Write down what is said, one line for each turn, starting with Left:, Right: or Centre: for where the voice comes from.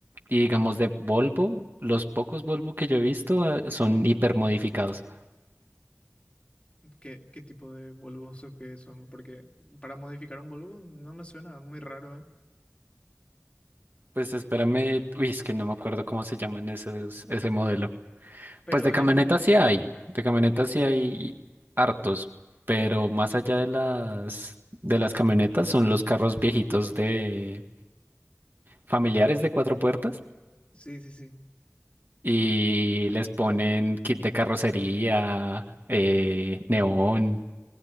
Right: Y digamos de Volvo, los pocos Volvo que yo he visto eh, son hipermodificados.
Left: ¿Qué, qué tipo de Volvos o qué son? Porque para modificar un Volvo no me suena muy raro, ¿eh?
Right: Pues espérame, uy, es que no me acuerdo cómo se llaman esos, ese modelo.
Left: Pero
Right: Pues de camionetas
Left: es un...
Right: sí hay, de camionetas sí hay hartos, pero más allá de las de las camionetas son los carros viejitos de familiares de cuatro puertas
Left: Sí, sí, sí.
Right: y les ponen kit de carrocería, eh, neón,